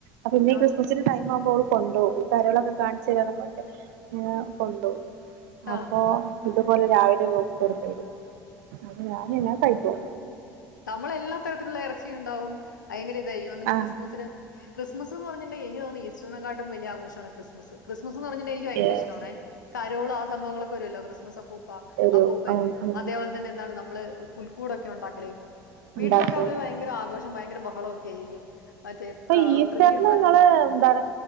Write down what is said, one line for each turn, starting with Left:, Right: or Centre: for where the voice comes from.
Right: അപ്പ <unintelligible>
Left: ആഹ്
Right: ക്രിസ്മസിന് ടൈം ആവുമ്പം ഓള് കൊണ്ടോവും ഈ കരളൊക്കെ <unintelligible> ഏ കൊണ്ടോവും.
Left: ആഹ്
Right: അപ്പൊ ഇതുപോലെ രാവിലെ <unintelligible>
Left: തമ്മളെല്ലാ തരത്തിലുള്ള എറച്ചിം ഇണ്ടാവും. ഭയങ്കര ഇതയ്യും ഇന്നട്ട്
Right: ആ
Left: ക്രിസ്മസിന് ക്രിസ്മസ് എന്ന് പറഞ്ഞിണ്ടേ എനിക്ക് തോന്ന് ഇ വിഷുണക്കാട്ടിം വല്യ ആഘോഷാണ് ക്രിസ്മസ്. ക്രിസ്മസ് എന്ന് പറഞ്ഞിണ്ടേ എനിക്ക് ഭയങ്കര
Right: യെസ്
Left: ഇഷ്ടാണേ. കരോള ആ സംഭവങ്ങളൊക്കെ വരല്ലോ ക്രിസ്മസ് അപ്പൂപ്പ
Right: തരും
Left: അപ്പൂപ്പൻ
Right: ആ ആ
Left: അതേ പോൽ തന്നെ എന്താണ് നമ്മള് പുൽക്കൂടൊക്കെ ഉണ്ടാക്കല് വീട്ടിലക്കെ
Right: ഉണ്ടാക്കും
Left: അത് ഭയങ്കര ആഘോഷം ഭയങ്കര ബഹളൊക്കെ ആയിരിക്കും മറ്റേ
Right: ഇപ്പ ഈസ്റ്റർന്
Left: ട്രീ ഉണ്ടാക്കുന്നു.
Right: ഇങ്ങള് എന്താണ്